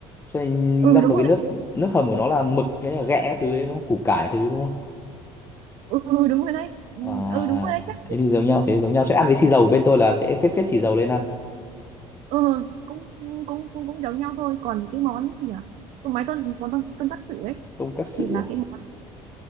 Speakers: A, on the left; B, on the right.
A: Xong
B: ừ
A: ngâm
B: đúng
A: vào
B: rồi
A: cái nước nước hầm của nó là mực cái là ghẹ các thứ ấy, đúng không? củ cải thứ đúng không
B: đấy. ừ đúng rồi đấy
A: à
B: ừ đúng rồi đấy chắc
A: thế thì giống nhau thế thì giống nhau sẽ ăn với xì dầu bên tôi là sẽ phết phết xì dầu lên ăn
B: ờ cũng cũng cũng cũng giống nhau thôi còn cái món gì nhỉ Còn mấy con món con con tắc sự ấy
A: tonkatsu
B: thì là cái món